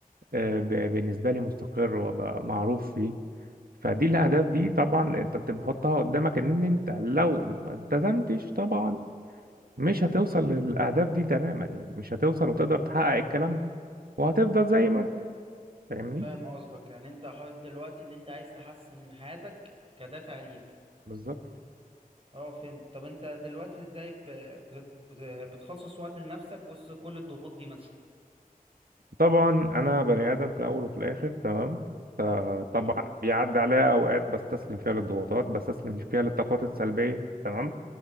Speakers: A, on the right (about 85°); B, on the right (about 40°).
A: آه، ب- بالنسبة لي مستقر وأبقى معروف فيه فدي الأهداف دي طبعا أنت بتحطها قدامك إن أنت لو ما التزمتش طبعا مش هتوصل للأهداف دي تماما يعني مش هتوصل وتقدر تحقق الكلام ده وهتفضل زي
B: اه
A: ما أنت، فاهمني
B: فاهم قصدك يعني انت حاطط دلوقتي اللي انت عايز تحسن من حياتك كدافع ليك
A: بالظبط
B: اه فهمت طب انت دلوقتي ازاي ب- بت- بت- بتخصص وقت لنفسك وسط كل الضغوط دي مثلا
A: طبعا انا بني ادم في الاول وفي الاخر تمام فطبعا
B: تمام
A: بيعدي عليا اوقات بستسلم فيها للضغوطات بستسلم فيها للطاقات السلبيه تمام